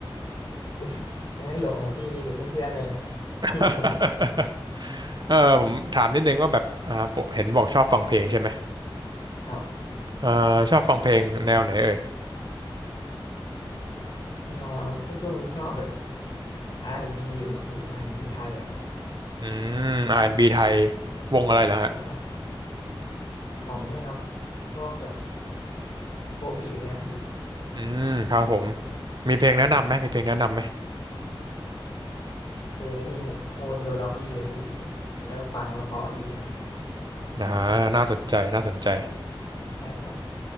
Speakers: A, on the left; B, on the right.
A: <laughs> ไม่ให้หลงครับพี่มีแต่เพื่อนๆเลยแหละครับ
B: <laughs>
A: <laughs>
B: เออผมถามนิดนึงว่าแบบอ่าปกเห็นบอกชอบฟังเพลงใช่ไหม
A: ครับ
B: เอ่าชอบฟังเพลงแนวไหนเอ่ย
A: ยังไงเราก็ช่วงนี้ชอบแบบ R&B อนด์บีอยู่ครับพี่อาร์แอนด์บีไทยอะครับ
B: อืม r ีไทยวงอะไรเหรอฮะ
A: ใช่ครับของเนี่ยครับพวกแบบโคบีอย่างเงี้ยพี่
B: อืมครับผม มีเพลงแนะนำไหมมีเพลงแนะนำไหม
A: เพลงนี่แบบโฮเทลล็อบบี้ครับพี่มันก็ฟังแล้วเพราะดีครับ
B: อ่าน่าสนใจน่าสนใจ
A: ใช่ครับ